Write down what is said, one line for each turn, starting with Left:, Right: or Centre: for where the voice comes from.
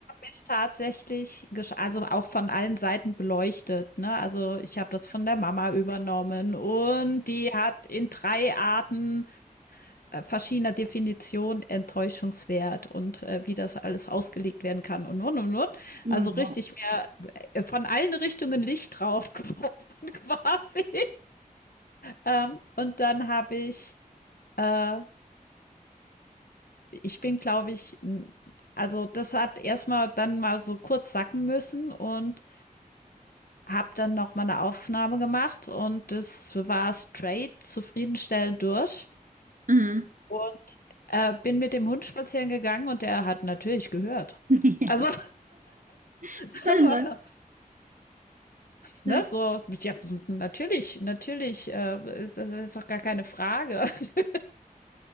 Left: ist tatsächlich gesch also auch von allen Seiten beleuchtet, ne? Also, ich habe das von der Mama übernommen und die hat in 3 Arten, äh, verschiedener Definition Enttäuschungswert und, äh, wie das alles ausgelegt werden kann und und und und.
Right: Oh,
Left: Also, richtig
Right: Wow.
Left: mehr äh, von allen Richtungen Licht draufgeworfen <laughs> quasi. Ähm, und dann habe ich, äh ich bin, glaube ich, n- also das hat erstmal dann mal so kurz sacken müssen und habe dann noch mal eine Aufnahme gemacht und das war straight zufriedenstellend durch
Right: Mhm.
Left: und äh, bin mit dem Hund spazieren gegangen und der hat natürlich gehört.
Right: <laughs>
Left: Also
Right: Ja.
Left: <laughs>
Right: Spannend.
Left: das war so, ne,
Right: Ja.
Left: so, ja, natürlich, natürlich, äh, ist, das ist doch gar keine Frage. <laughs>